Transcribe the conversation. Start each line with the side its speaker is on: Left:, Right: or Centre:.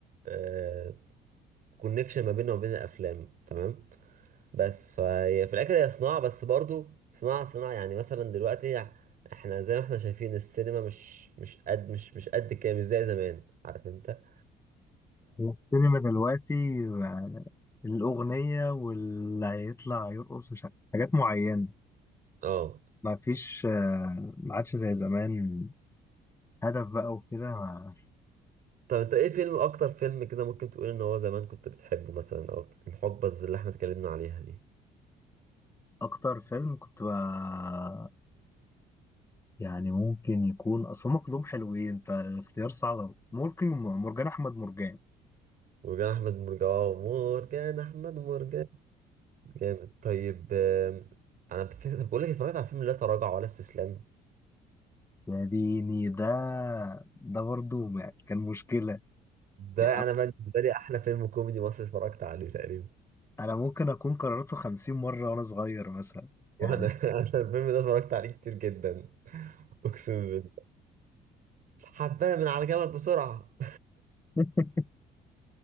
Right: آه كونكشن ما بيننا وبين الافلام تمام بس فهي في الاخر هي صناعه بس برضو صناعه صناعه يعني مثلا دلوقتي احنا زي ما احنا شايفين السينما مش مش قد مش مش قد كده مش زي زمان عارف انت
Left: السينما دلوقتي بقى الأغنية واللي هيطلع يرقص مش عارف حاجات معينة
Right: اه
Left: ما فيش آه، ما عادش زي زمان هدف بقى وكده ما-
Right: طب انت ايه فيلم اكتر فيلم كده ممكن تقول ان هو زمان كنت بتحبه مثلا او الحقبه اللي احنا اتكلمنا عليها دي
Left: أكتر فيلم كنت بقى يعني ممكن يكون أصل هما كلهم حلوين أنت الاختيار صعب أوي. ممكن مرجان أحمد مرجان
Right: مرجان احمد مرجان مرجان احمد مرجان جامد طيب آم، انا بف- بقول لك اتفرجت على فيلم لا تراجع ولا استسلام
Left: يا ديني ده ده برضه يعني كان مشكلة
Right: ده
Left: يعني
Right: انا بالنسبه لي احلى فيلم كوميدي مصري اتفرجت عليه تقريبا
Left: انا ممكن اكون كررته 50 مره وانا صغير مثلا
Right: وانا
Left: يعني
Right: <laughs> انا الفيلم ده اتفرجت عليه كتير جدا اقسم بالله حبايه من على جمل بسرعه
Left: <laughs>